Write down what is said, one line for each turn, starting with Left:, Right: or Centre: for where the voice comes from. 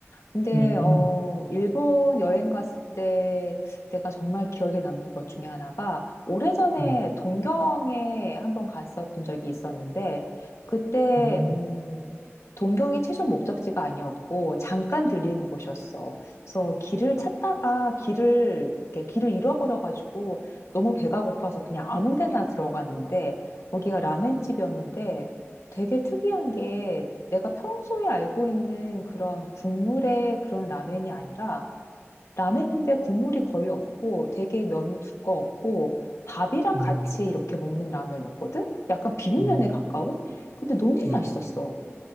Left: 근데
Right: 음,
Left: 어 일본 여행 갔을 때 내가 정말 기억에 남는 것 중에 하나가 오래전에
Right: 음,
Left: 동경에 한번 갔었던 적이 있었는데 그때
Right: 음,
Left: 음 동경이 최종 목적지가 아니었고 잠깐 들리는 곳이었어. 그래서 길을 찾다가 길을 이렇게 길을 잃어버려 가지고 너무 배가 고파서 그냥 아무 데나 들어갔는데 거기가 라멘집이었는데 되게 특이한 게 내가 평소에 알고 있는 그런 국물의 그런 라멘이 아니라 라멘인데 국물이 거의 없고 되게 면이 두꺼웠고 밥이랑
Right: 음,
Left: 같이
Right: 음,
Left: 이렇게 먹는 라면이었거든? 약간 비빔면에
Right: 음,
Left: 가까운? 근데 너무
Right: 음.
Left: 맛있었어.